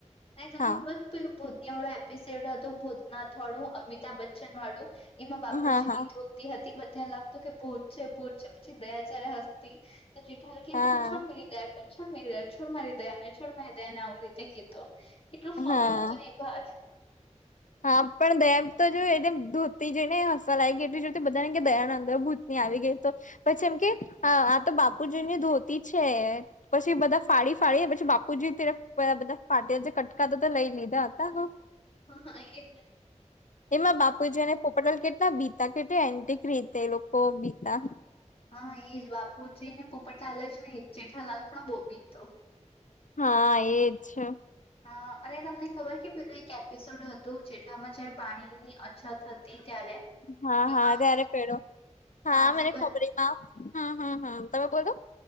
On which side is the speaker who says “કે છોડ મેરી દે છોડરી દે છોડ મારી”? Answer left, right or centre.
Left